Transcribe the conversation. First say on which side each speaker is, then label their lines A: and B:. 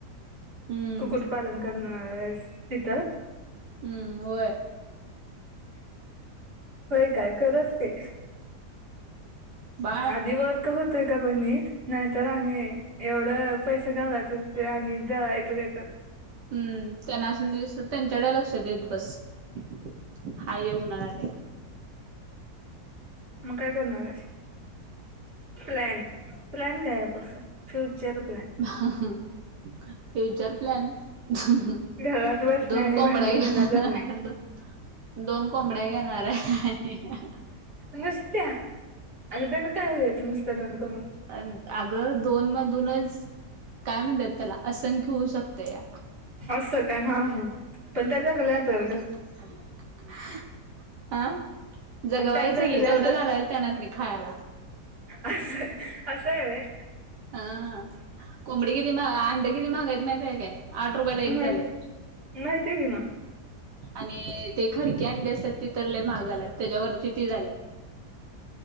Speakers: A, on the right; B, on the right.
A: हम्म
B: कुक्कुटपालन कर आहेस तिथं
A: हम्म होय
B: होय काय खरंच ते
A: बाळ
B: आधी वर्क होतोय का बग नीट नाहीतर आणि एवढं पैसे घालायचं ते आणि जळायचं काय तर
A: हम्म तेलासनी तेच्याकडे लक्ष देत बस हाय हे हुना झालंय आणि
B: मग काय करणार आहेस प्लॅन? प्लॅन काय आहे पुढचा फ्युचर प्लॅन?
A: अहहं फ्युचर प्लॅन ह हं
B: घरात बसणे
A: दोन
B: आणि
A: कोंबड्या
B: भांडी
A: घेणार
B: धुन करणे
A: दोन दोन कोंबड्या घेणार आहे ह हहहं
B: नुसत्या अगं त्यानं काय हुआयच नुसत्या दोन कोंबड्यान
A: आणि अगं दोन मधुनच काय म्हणत्यात त्याला असंख्य होऊ शकतया.
B: असं काय हा हा पण त्या जगल्या तर गं
A: <inaudible> अ जगवायच्याकी
B: आणि त्या जगल्या
A: तेवडं
B: तर
A: घालायचं तेनासणी खायला.
B: असं असय व्हय
A: हा हा कोंबडी किती महा अंड किती महागायत माहित काय आठ रुपयाला एक
B: माहित
A: झालंय.
B: माहितीय की मग
A: आणि ते खडकी अंडी असत्यात ती तर लय महाग झाल्यात त्याच्यावरची ती झाल्यात.